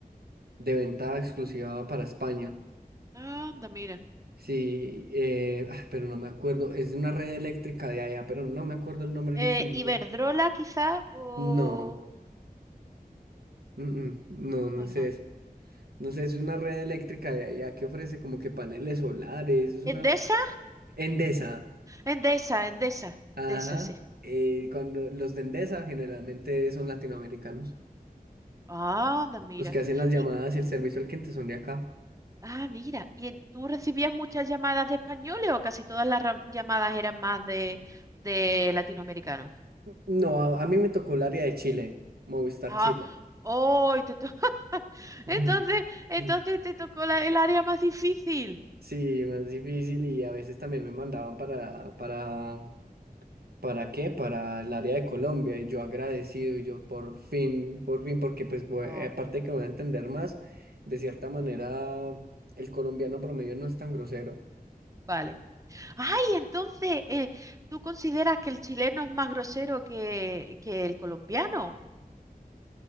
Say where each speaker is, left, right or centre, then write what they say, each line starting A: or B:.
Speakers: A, on the right; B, on the right.
A: de venta exclusiva para España.
B: Ah, Anda, mira.
A: Sí, eh, ah, pero no me acuerdo. Es de una red eléctrica de allá, pero no me acuerdo el nombre
B: Eh,
A: en este momento.
B: Iberdrola quizá o...
A: No, mm, mm, no, no
B: Pues
A: sé
B: no.
A: eso. No sé, es una red eléctrica de allá que ofrece como que paneles solares. Es una
B: ¿Endesa?
A: Endesa.
B: Endesa, Endesa.
A: Ajá.
B: Endesa, sí.
A: eh, cuando los de Endesa generalmente son latinoamericanos.
B: Ah, Anda, mira.
A: Los que hacen las llamadas
B: Y,
A: y el servicio al cliente son de acá.
B: ah, mira. ¿Y en- tú recibías muchas llamadas de españoles o casi todas las ra- llamadas eran más de, de latinoamericanos?
A: No, a, a mí me tocó el área de Chile, Movistar
B: Ah,
A: Chile.
B: hoy te to- <laughs>
A: <laughs>
B: Entonces,
A: Ujú,
B: entonces
A: ujú.
B: te tocó la- el área más difícil.
A: Sí, más difícil y a veces también me mandaban para, para, ¿para qué? Para el área de Colombia y yo agradecido y yo por fin, por fin, porque pues voy-
B: Oh,
A: eh, aparte de que voy a entender más, de cierta manera el colombiano promedio no es tan grosero
B: vale. Ay, entonces, eh, ¿tú consideras que el chileno es más grosero que, que el colombiano?